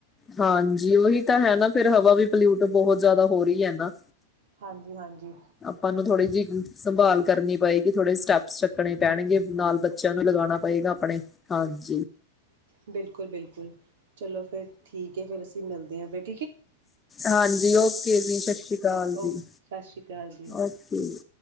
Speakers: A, on the left (about 20°); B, on the right (about 60°).
A: ਹਾਂਜੀ ਉਹੀ ਤਾਂ ਹੈ ਨਾ ਫਿਰ ਹਵਾ ਵੀ ਪਲਿਊਟ ਬਹੁਤ ਜ਼ਿਆਦਾ ਹੋ ਰਹੀ ਹੈ ਨਾ।
B: ਹਾਂਜੀ ਹਾਂਜੀ
A: ਆਪਾਂ ਨੂੰ ਥੋੜ੍ਹੀ ਜਿਹੀ ਸੰਭਾਲ ਕਰਨੀ ਪਏਗੀ, ਥੋੜੇ ਜ ਸਟੈਪਸ ਚੱਕਣੇ ਪੈਣਗੇ ਨਾਲ ਬੱਚਿਆਂ ਨੂੰ ਲਗਾਣਾ ਪਏਗਾ ਆਪਣੇ ਹਾਂਜੀ।
B: ਬਿਲਕੁਲ-ਬਿਲਕੁਲ ਚਲੋ ਫੇਰ ਠੀਕ ਐ, ਫੇਰ ਅਸੀਂ ਮਿਲਦੇ <inaudible>
A: ਹਾਂਜੀ ਓਕੇ ਜੀ ਸਸ ਰੀ ਅਕਾਲ
B: ਓਕੇ
A: ਜੀ,
B: ਸਤਿ ਸ਼੍ਰੀ ਅਕਾਲ ਜੀ
A: ਓਕੇ ਜੀ।